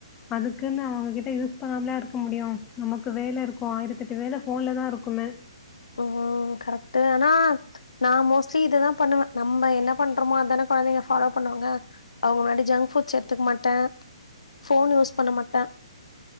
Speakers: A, on the left (about 20°); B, on the left (about 85°).
A: அதுக்குனு அவங்கக்கிட்டே யூஸ் பண்ணாமலே இருக்க முடியு நமக்கு வேல இருக்கு ஆயிரத்தெட்டு வேல ஃபோன்லதா இருக்குமே
B: ம் கரெக்டு ஆனா நா மோஸ்ட்லி இதுதா பண்ணுவே நம்ப என்ன பண்றோமோ அதான கொழந்தைங்க ஃபாலோ பண்ணுவாங்க அவங்க முன்னாடி ஜங்க் ஃபுட்ஸ் எத்துக் மாட்ட ஃபோன் யூஸ் பண்ண மாட்ட